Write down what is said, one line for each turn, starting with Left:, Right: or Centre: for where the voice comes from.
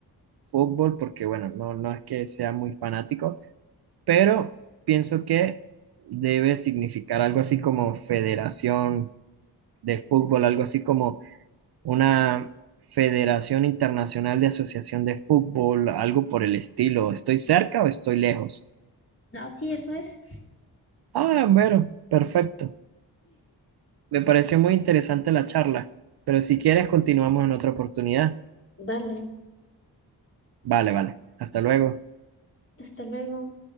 Right: fútbol porque, bueno, no, no es que sea muy fanático, pero pienso que debe significar algo así como federación de fútbol, algo así como una federación internacional de asociación de fútbol, algo por el estilo. ¿Estoy cerca o estoy lejos?
Left: No, sí, eso es.
Right: Ah, bueno, perfecto. Me pareció muy interesante la charla, pero si quieres continuamos en otra oportunidad.
Left: Dale,
Right: Vale, vale. Hasta luego.
Left: hasta luego.